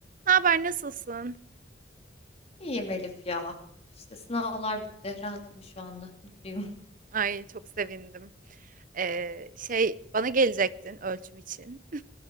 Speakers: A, on the right (about 50°); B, on the left (about 35°).
A: Ne haber, nasılsın?
B: İyiyim Elif ya. İşte sınavlar bitti. Rahatım şu anda. Mutluyum.
A: Ay çok sevindim. Ee, şey bana gelecektin ölçüm için.